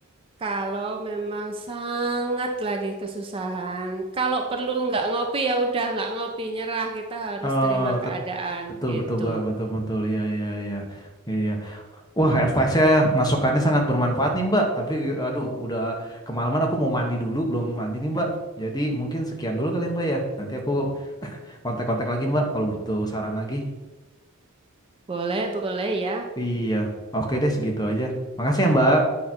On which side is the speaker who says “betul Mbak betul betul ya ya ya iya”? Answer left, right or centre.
Left